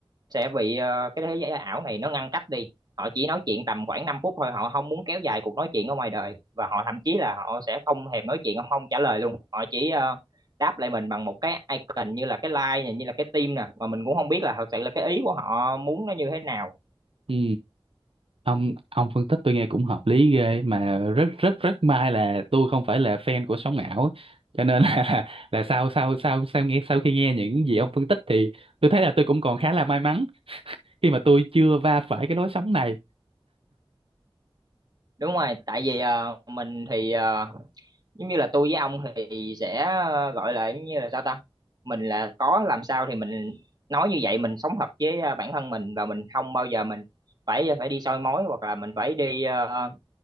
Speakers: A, on the right (about 45°); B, on the right (about 80°).
A: sẽ bị ờ, cái thế giới ảo này nó ngăn cách đi họ chỉ nói chuyện tầm khoảng 5 phút thôi họ không muốn kéo dài cuộc nói chuyện ở ngoài đời và họ thậm chí là họ sẽ không thèm nói chuyện họ không trả lời luôn họ chỉ ờ, đáp lại mình bằng một cái icon như là cái like này, như là cái tim nè mà mình cũng không biết là thật sự là cái ý của họ muốn nó như thế nào
B: Ừ. ông ông phân tích tôi nghe cũng hợp lý ghê mà rất rất rất may là tôi không phải là fan của sóng ảo cho nên <laughs> là là, là sau sau sau sau nghe sau khi nghe những gì ông phân tích thì tôi thấy là tôi cũng còn khá là may mắn khi mà tôi chưa va phải cái lối sóng này
A: đúng rồi tại vì ờ, mình thì ờ, giống như là tôi với ông thì sẽ ờ, gọi là giống như là sao ta mình là có làm sao thì mình nói như vậy mình sống thật với ờ, bản thân mình và mình không bao giờ mình phải ờ, phải đi soi mói hoặc là mình phải đi ờ,